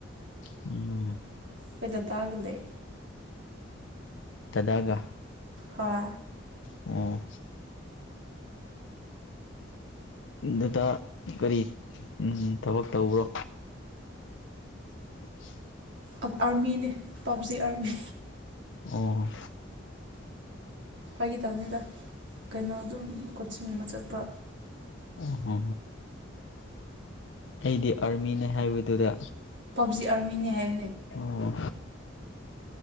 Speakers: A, on the left (about 70°); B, on the right (about 65°).
A: ꯎ
B: ꯑꯩꯈꫭꯏ ꯗꯥꯗꯥꯒ ꯂꯩ
A: ꯗꯗꯥꯒ
B: ꯍꯣꯏ
A: ꯑꯣ ꯑꯗꯨꯗ ꯀꯔꯤ ꯊꯕꯛ ꯇꯧꯕ꯭ꯔꯣ <inaudible>
B: ꯑꯥꯔꯃꯤꯅꯦ ꯄꯞꯖꯤ ꯑꯥꯔꯃꯤ
A: ꯑꯣ
B: ꯐꯥꯒꯤꯇꯧꯕꯅꯤꯗ ꯀꯩꯅꯣ ꯑꯗꯨꯝ ꯀꯣꯆꯤꯡꯒꯨꯝꯕ ꯆꯠꯄ
A: ꯑꯣꯍꯣ ꯑꯩꯗꯤ ꯑꯥꯔꯃꯤꯅꯦ ꯍꯥꯏꯕꯗꯨꯗ
B: ꯄꯕꯖꯤ ꯑꯥꯔꯃꯤꯅꯤ ꯍꯥꯏ
A: ꯑꯣ